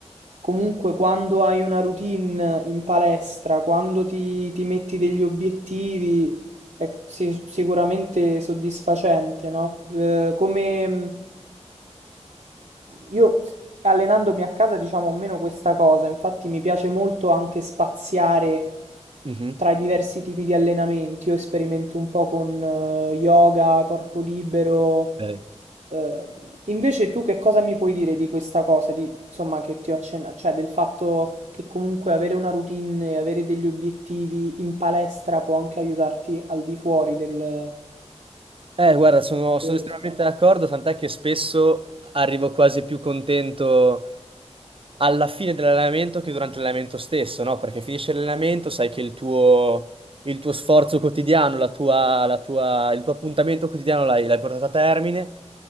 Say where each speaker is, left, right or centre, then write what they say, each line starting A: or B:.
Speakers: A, on the right (about 85°); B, on the right (about 50°).
A: comunque quando hai una routine in palestra, quando ti, ti metti degli obiettivi, è si- sicuramente soddisfacente, no? Eh, come mh, io s- allenandomi a casa, diciamo, ho meno questa cosa, infatti mi piace molto anche spaziare
B: Mhm.
A: tra i diversi tipi di allenamenti. Io sperimento un po' con eh, yoga, corpo libero,
B: Ok.
A: Ehm, invece tu che cosa mi puoi dire di questa cosa, di, insomma, che ti ho accennato, cioè del fatto che comunque avere una routine e avere degli obiettivi in palestra può anche aiutarti al di fuori del-
B: Eh, guarda, sono, sono
A: dello
B: estremamente
A: sport.
B: d'accordo, tant'è che spesso arrivo quasi più contento alla fine dell'allenamento che durante l'allenamento stesso, no? Perché finisce l'allenamento, sai che il tuo, il tuo sforzo quotidiano, la tua, la tua- il tuo appuntamento quotidiano l'hai l'hai portato a termine